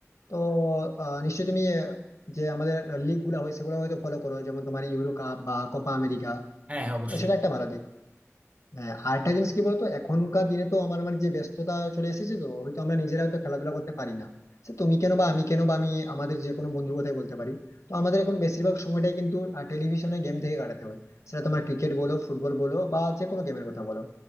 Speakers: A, on the left; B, on the right.
A: তো আহ, নিশ্চয়ই তুমি আহ, যে আমাদের লিগ গুলা হয় সেগুলো হয়তো ফলো করো যেমন তোমার ইউরো কাপ বা কোপা আমেরিকা
B: হ্যাঁ হ্যাঁ অবশ্যই
A: তো সেটা একটা ভালো দিক হ্যাঁ আরেকটা জিনিস কি বলতো এখনকার দিনে তো আমার মানে যে ব্যস্ততা চলে এসেছে তো হয়তো আমরা নিজেরা হয়তো খেলাধুলা করতে পারি না সে তুমি কেন বা আমি কেন বা আমি আমাদের যে কোনো বন্ধুর কথাই বলতে পারি তো আমাদের এখন বেশিরভাগ সময়টাই কিন্তু টেলিভিশনে গেম থেকে কাটাতে হয় সেটা তোমার ক্রিকেট বলো ফুটবল বলো বা যে কোনো গেমের কথা বলো